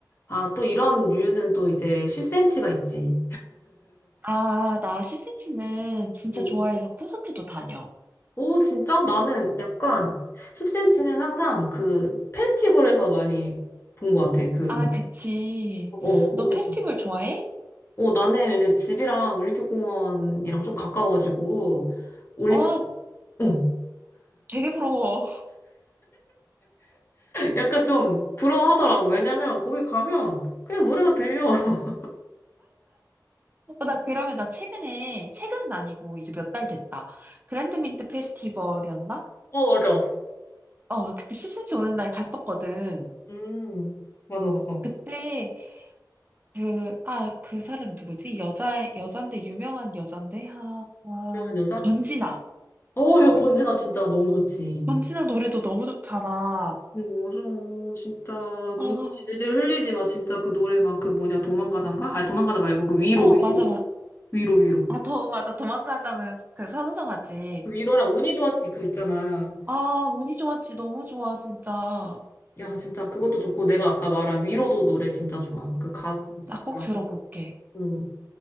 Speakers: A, on the left (about 35°); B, on the right (about 25°).
A: 아 또 이런 류는 또 이제 10cm가 있지.
B: 아, 나 10cm는 진짜
A: 응,
B: 좋아해서
A: 응. <laughs>
B: 콘서트도 다녀.
A: 오 진짜 나는 약간 10cm는 항상 그 페스티벌에서 많이 본 것 같아. 그
B: 아,
A: 막,
B: 그치.
A: 어, 거기.
B: 너 페스티벌 좋아해?
A: 어, 나는 이제 집이랑 올림픽공원이랑 좀 가까워가지고, 올림픽,
B: 아,
A: 어,
B: 되게 부러워.
A: 약간 좀 부러워하더라고. 왜냐면 거기 가면 그냥 노래가 들려. <laughs>
B: 어, 나 그러면 나 최근에 최근은 아니고 이제 몇 달 됐다. 그랜드민트 페스티벌이었나?
A: 어, 맞아.
B: 어 그때 10cm 오는 날 갔었거든.
A: 음, 맞아, 맞아.
B: 그때 그 아 그 사람 누구지? 여자 여잔데 유명한 여잔데 아, 아
A: 유명한 여자?
B: 권진아
A: 어, 야, 권진아 진짜 너무 좋지.
B: 권진아 노래도 너무 좋잖아.
A: 음, 맞아. 진짜 눈
B: 어
A: 질질 흘리지 마. 진짜 그 노래 막 그 뭐냐 도망가자인가? 아니 도망가자 말고 그 위로
B: 어
A: 위로
B: 맞아 맞아
A: 위로 위로.
B: 아더 맞아 도망가자는 그 선우정 하지.
A: 그 위로랑 운이 좋았지, 그 있잖아.
B: 아 운이 좋았지 너무 좋아 진짜.
A: 야, 진짜 그것도 좋고, 내가 아까 말한 위로도 노래 진짜 좋아. 그 가수 진짜.
B: 나 꼭 들어볼게.
A: 응.